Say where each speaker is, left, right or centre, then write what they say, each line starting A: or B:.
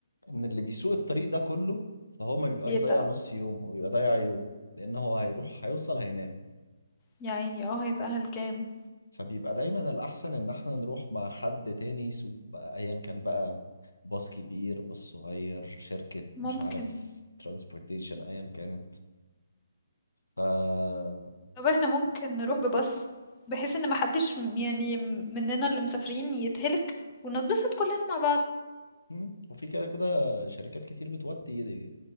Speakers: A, on the left; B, on the left.
A: ان اللي بيسوق الطريق ده كله فهو ما بيبقاش
B: بيتعب
A: ضايع نص يوم هو بيبقى ضايع يوم لان هو هيروح هيوصل هينام
B: يا عيني اه هيبقى هلكان
A: فبيبقى دايما الأحسن إن احنا نروح مع حد تاني سوق بقى أيا كان بقى باص كبير باص صغير شركة
B: ممكن
A: مش عارف ترانسبورتيشن أيا كانت ف
B: طب احنا ممكن نروح بباص بحيث ان محدش م- يعني مننا اللي مسافرين يتهلك ونتبسط كلنا مع بعض
A: مم. وفي كده كده شركات كتير بتودي